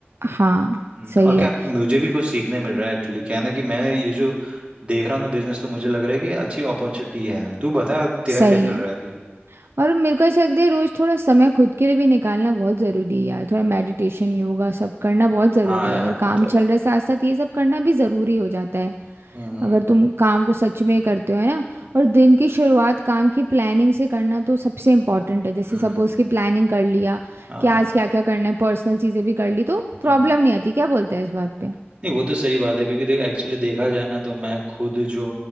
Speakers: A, on the right; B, on the right.
A: हाँ
B: हम्म,
A: सही
B: और क्या
A: है
B: मुझे भी कुछ सीखने मिल रहा है एक्चुअली क्या है ना कि मैं ये जो देख रहा हूँ ना बिजनेस तो मुझे लग रहा है कि अच्छी अपॉर्चुनिटी है तू बता तेरा
A: सही
B: क्या चल
A: है
B: रहा है अभी
A: और मेरे को ऐसा लगता है रोज थोड़ा समय खुद के लिए भी निकालना बहुत ज़रूरी है यार थोड़ा मेडिटेशन योगा सब करना बहुत ज़रूरी
B: हाँ
A: है
B: यार
A: अगर
B: वो
A: काम
B: तो
A: चल
B: है
A: रहा है साथ साथ ये सब करना भी ज़रूरी हो जाता है
B: हम्म
A: अगर तुम काम को सच में करते हो है ना और दिन की शुरुआत काम की प्लानिंग से करना तो सबसे इम्पोर्टेंट है जैसे
B: हम्म
A: सपोज़ कि प्लानिंग कर लिया
B: हाँ
A: कि आज क्या क्या करना है पर्सनल चीज़ें भी कर ली तो प्रॉब्लम
B: हम्म
A: नहीं आती क्या बोलते हैं इस बात पे
B: नहीं वो तो सही बात है क्योंकि देख एक्चुअली देखा जाए ना तो मैं खुद जो